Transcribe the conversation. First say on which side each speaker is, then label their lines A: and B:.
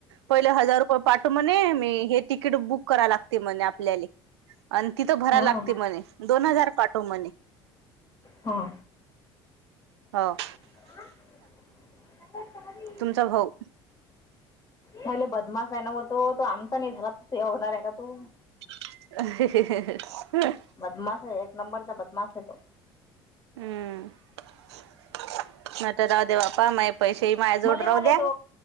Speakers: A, on the right; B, on the left.
A: पहिले हजार रुपये पाठू म्हणे मी हे तिकीट बुक कराय लागते म्हणे आपल्याला. आणि तिथं भराय
B: हां
A: लागते म्हणे दोन हजार पाठव म्हणे.
B: हा.
A: हाव.
B: हं.... <inaudible>
A: तुमचा भाऊ.
B: म्हले बदमास आहे ना व तो, तो आमचा नाही झाला त होणार आहे का त...
A: अहहहंह अ. <unintelligible> <inaudible>
B: बदमाश हे एक नंबरचा बदमाश आहे तो.
A: हम्म, नायतर रावुदे बाप्पा मय.. पैसेही माझ्या जोड
B: मले म्हणे
A: राहु द्या,
B: तो